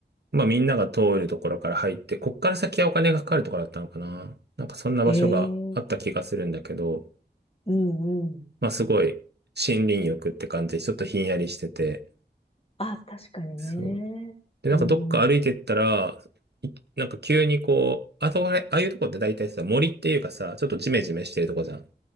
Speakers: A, on the right (about 65°); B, on the left (about 30°).
A: まあ、みんなが通るところから入って、こっから先はお金がかかるところだったのかな。なんかそんな場所があった気がするんだけど、
B: ええうんうん。
A: まあ、すごい森林浴って感じで、ちょっとひんやりしてて、
B: あ、確かにね。
A: そう。で、なんかどっか歩いてったら、
B: うん。
A: いなんか急にこう、あそこあれ、ああいうとこって大体さ、森っていうかさ、ちょっとジメジメしてるとこじゃん。